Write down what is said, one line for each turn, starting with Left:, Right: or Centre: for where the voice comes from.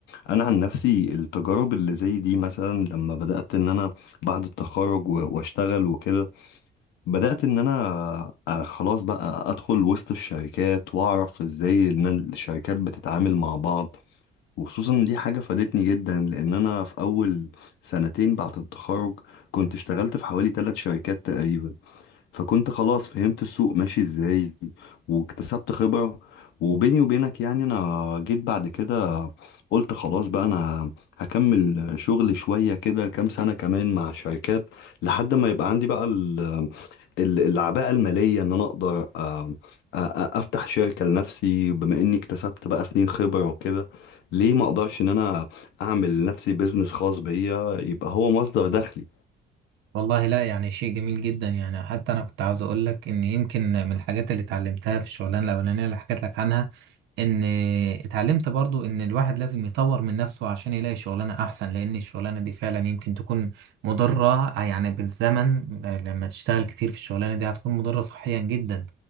Left: انا عن نفسي التجارب اللي زي دي مثلا لما بدات ان انا بعد التخرج و- واشتغل وكده بدات ان انا آه، خلاص بقى ادخل وسط الشركات واعرف ازاي ان الشركات بتتعامل مع بعض وخصوصا إن دي حاجه فادتني جدا لان انا في اول سنتين بعد التخرج كنت اشتغلت في حوالي ثلاث شركات تقريبا فكنت خلاص فهمت السوق ماشي ازاي واكتسبت خبرة وبيني وبينك يعني انا جيت بعد كده قلت خلاص بقى انا هكمل شغل شوية كده كام سنة كمان مع شركات لحد ما يبقى عندي بقى ال- ال- العباءة المالية ان انا اقدر آه، آه، آه، افتح شركة لنفسي بما اني اكتسبت بقى سنين خبرة وكده ليه ما اقدرش ان انا اعمل لنفسي بيزنس خاص بيا يبقى هو مصدر دخلي
Right: والله لا يعني شيء جميل جدا يعني حتى انا كنت عاوز اقول لك ان يمكن من الحاجات اللي اتعلمتها في الشغلانه الاولانيه اللي حكيت لك عنها ان اتعلمت برضو ان الواحد لازم يطور من نفسه عشان يلاقي شغلانه احسن لان الشغلانه دي فعلا يمكن تكون مضره يعني بالزمن لما تشتغل كتير في الشغلانه دي هتكون مضره صحيا جدا